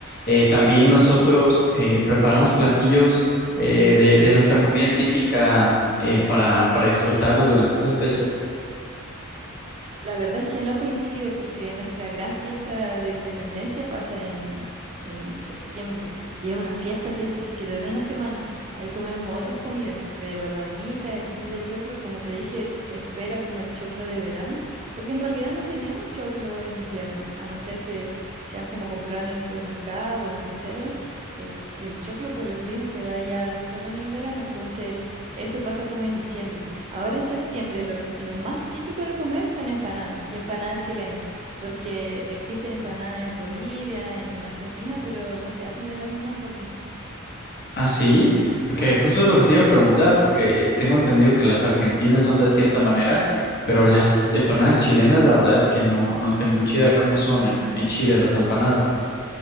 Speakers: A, on the left; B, on the right.
A: eh, también nosotros eh, preparamos platillos eh, de, de nuestra comida típica eh, para, para disfrutarlos durante esas fechas.
B: La verdad es que no coincide porque nuestra gran fiesta de independencia pasa en, en septiembre y es una fiesta, fiesta, así que dura una semana. Ahí comemos otras comidas, pero la humita, el pastel de choclo, como te dije, se espera como el choclo de verano, porque en realidad no tenemos choclo en invierno, a no ser que sean como comprar en el supermercado o en conserva. El, el choclo por el clima se da ya solo en el verano, entonces eso pasa como en diciembre. Ahora en septiembre lo, lo más típico de comer son empanadas y empanadas chilenas, porque existen empanadas en Bolivia, en Argentina, pero no se hacen de la misma forma.
A: Ah, sí, porque justo es lo que te iba a preguntar, porque tengo entendido que las argentinas son de cierta manera, pero las empanadas chilenas, la verdad es que no, no tengo mucha idea de cómo son en, en Chile las empanadas.